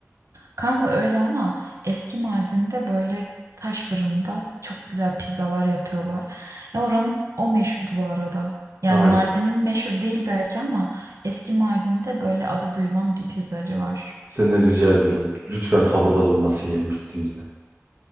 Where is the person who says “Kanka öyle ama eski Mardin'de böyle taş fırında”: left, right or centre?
Right